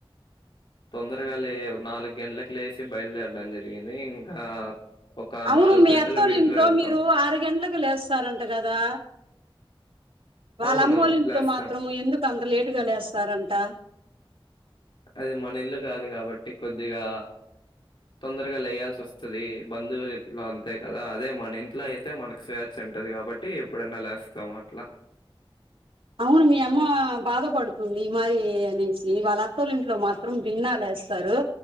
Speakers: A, on the left; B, on the right.
A: తొందరగా లే నాలు గంట్లకు లేసి బయలుదేరడం జరిగింది ఇంకా ఒక
B: అవును
A: నాలుగు
B: మీ
A: గంటలు
B: అత్తోళ్
A: విడుదల
B: ఇంట్లో
A: వెళ్తాం
B: మీరు ఆరు గంట్లకి లేస్తారంట గదా వాళ్ళ
A: అవును
B: అమ్మోలింట్లో
A: లేస్తాం
B: మాత్రము ఎందుకు అంత లేటుగా లేస్తారంట
A: అది మన ఇల్లు కాదు కాబట్టి కొద్దిగా తొందరగా లేయాల్సి వస్తది బంధువులింట్లో అంతే కదా అదే మన ఇంట్లో అయితే మనకి స్వేచ్చా ఉంటది. కాబట్టి ఎప్పుడన్నా లేస్తాం అట్లా
B: అవును మీ అమ్మ బాధ పడుతుంది మరి అనేసి వాళ్ళ అత్తలింట్లో మాత్రం తిన్నా లే చేస్తారు